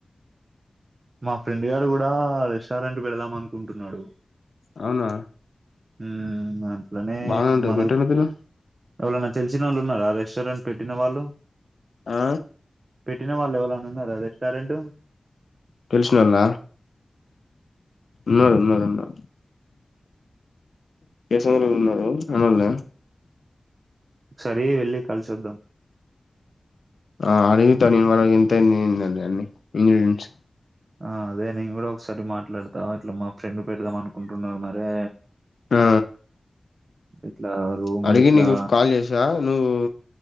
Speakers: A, on the right; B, on the left.
A: మా ఫ్రెండ్ గాడు కూడా రెస్టారెంట్ వెళదాం అనుకుంటున్నాడు
B: అవునా
A: హ్మ్ అ అట్లనే
B: బానే ఉంటది
A: మన
B: పెట్టండి పిల్ల
A: ఎవరైన్నా తెలిసిన వాళ్ళు ఉన్నారా రెస్టారెంట్ పెట్టిన వాళ్ళు
B: ఆ
A: పెట్టిన వాళ్ళే ఎవ <unintelligible> రెస్టారెంట్ ఉమ్
B: తెలిసినోళ్ళ ఉన్నారు ఉన్నారు ఉన్నారు కేసముద్రం ఉన్నారు మనోళ్లే
A: ఒకసారి వెళ్లి కలిసొద్దాం.
B: ఆ అడివి తనియబడ ఇంత అయింది ఎందడి అన్ని ఇంగ్రీడియంట్స్
A: ఆ అదే నేను కూడా ఒకసారి మాట్లాడతా ఇట్లా మా ఫ్రెండ్ పెడదాం అనుకుంటున్నారు మరే
B: ఆ
A: ఇట్లా రూమ్
B: అడిగి
A: ఇట్లా
B: నీకు కాల్ చేసా నువ్వు